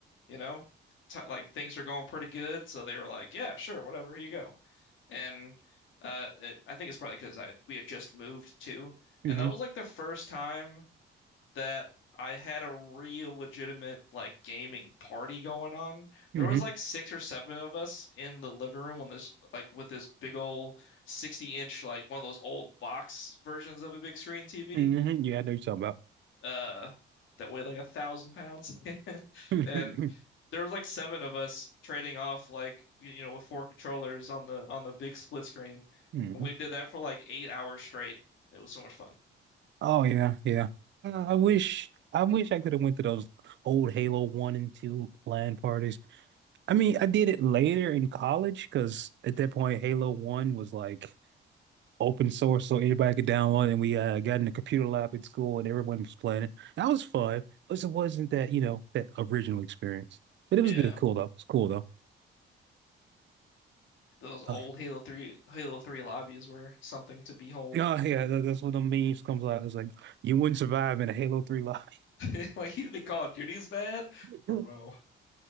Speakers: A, on the left; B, on the right.
A: You know, t like things are going pretty good, so they were like, "Yeah, sure, whatever, here you go." And uh, it, I think it's probably because I we had just moved too,
B: hmm
A: and that was like the first time that I had a real legitimate like gaming party going on.
B: hmm
A: There was like six or seven of us in the living room on this like with this big old 60 inch like one of those old box versions of a big screen TV
B: hmm <laughs> Yeah, I know you're talking about.
A: uh that weighed like a thousand pounds, <laughs>
B: <laughs>
A: and there was like seven of us trading off like you you know with four controllers on the on the big split screen.
B: hmm
A: We did that for like eight hours straight. It was so much fun.
B: Oh yeah, yeah. Uh, I wish, I wish I could have went to those old Halo 1 and 2 LAN parties. I mean, I did it later in college because at that point, Halo 1 was like, open source so anybody could download it. And we uh, got in the computer lab at school and everyone was playing it. That was fun, but it wasn't that, you know, that original experience. But it was
A: Yeah,
B: good, cool though. It's cool though.
A: those old
B: Uh,
A: Halo 3 Halo 3 lobbies were something to behold.
B: oh yeah, that, that's what the memes comes out. It's like you wouldn't survive in a Halo 3 lobby.
A: <laughs> Like you think Call of Duty's bad,
B: <laughs>
A: bro.